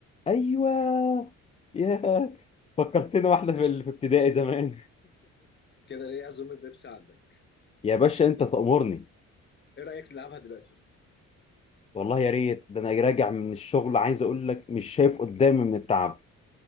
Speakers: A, on the left; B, on the left.
A: ايوه يا فكرتنا واحنا في
B: قشطة
A: ال- في ابتدائي زمان
B: كده ليه عزومة بيبسي عندك
A: <laughs> يا باشا انت
B: طب
A: تأمرني
B: ايه رأيك نلعبها دلوقتي
A: والله يا ريت ده انا راجع من الشغل عايز اقول لك مش شايف قدامي من التعب